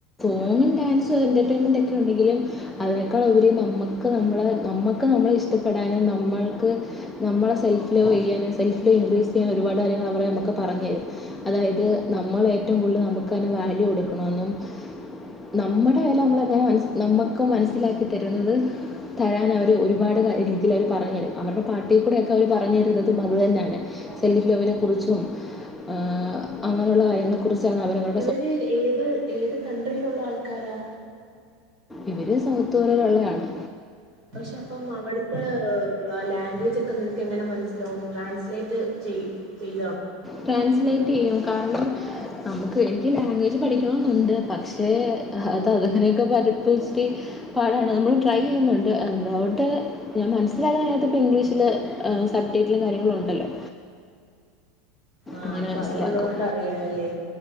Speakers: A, in the centre; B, on the right.
A: സോങ്ങും ഡാൻസും എന്റെ ർടൈൻമെൻറ് <unintelligible> ക്കെ തെറ്റുണ്ടെങ്കിലും അതിനേക്കാൾ ഉപരി നമക്ക് നമ്മളെ നമ്മക്ക് നമ്മളെ ഇഷ്ടപ്പെടാനും നമ്മൾക്ക് നമ്മളെ സെൽഫ് ലോ യ്യാനും സെൽഫ് ലോ ഇൻക്രീസ് ചെയ്യാൻ ഒരുപാട് കാര്യങ്ങൾ അവർ നമുക്ക് പറഞ്ഞു തരും അതായത് നമ്മൾ ഏറ്റവും കൂടുതൽ ന ക്കണ വാല്യു കൊടുക്കണം ന്നും <unintelligible> നമ്മുടെ വെല നമ്മളങ്ങനെ നമുക്ക് മനസ്സിലാക്കി തരുന്നത് തരാൻ അവര് ഒരുപാട് കര രീതിൽ അവർ പറഞ്ഞു തരും അവരുടെ പാട്ടിൽ കൂടെക്കെ അവർ പറഞ്ഞു തരുന്നത് അത് തന്നെയാണ് സെല്ലി ലോവിനെ കുറിച്ചും ഹ് അങ്ങനെയുള്ള കാര്യങ്ങളെ കുറിച്ച ച്ചാണ് അവരകൾ
B: ത് ഏത് ഏത് കൺണ്ട്രിയിലുള്ള ആൾക്കാരാ
A: ഇവര് സൗത്ത്‌ കൊറിയൊള്ളയാണ്
B: പക്ഷെ അപ്പം അവിട്ത്തെ വ ലാംഗ്വേജ് ഒക്കെ നിനക്ക് എങ്ങനെ മനസ് ലോൺ ട്രാൻസ്ലേറ്റ് ചെയ് ചെയ്
A: ട്രാൻസ്ലേറ്റ് ചെയ്യും കാരണം നമുക്ക് എനിക്ക് ലാംഗ്വേജ് പഠിക്കണെമെന്നുണ്ട് പക്ഷേ അത് അതങ്ങനെയൊക്കെ പ <unintelligible> ച്ച് പാടാണ് നമ്മള് ട്രൈ ചെയ്യുന്നുണ്ട് അതോണ്ട് ഞാൻ മനസ്സിലാൻകയ്യാത്തത് പ്പം ഇംഗ്ലീഷില് സർ <unintelligible> സ പ്ലേറ്റിലും കാര്യങ്ങളും ഉണ്ടല്ലോ
B: ആഹ്
A: അങ്ങനെ
B: അപ്പൊ
A: മനസ്സിലാക്കും
B: അതുള്ളൊണ്ട് അറിയാല്ലേ